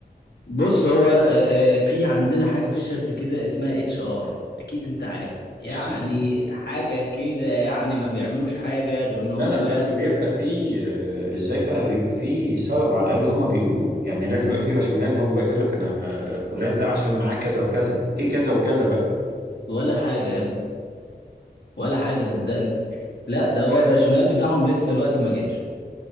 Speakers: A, on the left (about 75°); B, on the right (about 75°).
A: بص هو آه، آه، في عندنا حاجة في الشركة كده اسمها اتش ار اكيد انت عارف يعني
B: <laughs>
A: حاجة كده يعني ما بيعملوش حاجة غير ان هم
B: لا لا بس بيبقى فيه آه، ازاي بقى بيبقى فيه سبب على الاقل هما بيقولوه يعني لازم يبقى فيه راشونال هو بيقول لك انا آه، فلان ده عشان معاه كذا وكذا ايه كذا وكذا بقى
A: ولا حاجة يا ابني ولا حاجة صدقني لا ده هو الراشونال بتاعهم لسه الوقت ما جاش